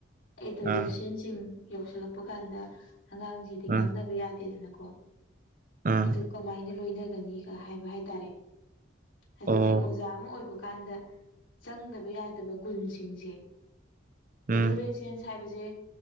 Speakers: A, on the left; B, on the right.
A: ꯑꯦꯗꯣꯂꯦꯁꯦꯟꯁ
B: ꯑꯥ
A: ꯇꯤꯟ ꯌꯧꯁꯜꯂꯛꯄ ꯀꯥꯟꯗ ꯑꯉꯥꯡꯁꯤꯗꯤ ꯉꯥꯡꯅꯕ
B: ꯑꯥ
A: ꯌꯥꯗꯦꯗꯅꯀꯣ
B: ꯑꯥ
A: ꯑꯗꯨ ꯀꯃꯥꯏꯅ ꯂꯣꯏꯅꯒꯅꯤꯒ ꯍꯥꯏꯕ ꯍꯥꯏꯇꯥꯔꯦ ꯑꯗꯨꯗꯤ
B: ꯑꯣ
A: ꯑꯣꯖꯥ ꯑꯃ ꯑꯣꯏꯕ ꯀꯥꯟꯗ ꯆꯪꯗꯕ ꯌꯥꯗꯕ ꯒꯨꯟꯁꯦ ꯁꯤꯡꯁꯦ ꯑꯦꯗꯣꯂꯁ
B: ꯎꯝ
A: ꯍꯥꯏꯕꯁꯦ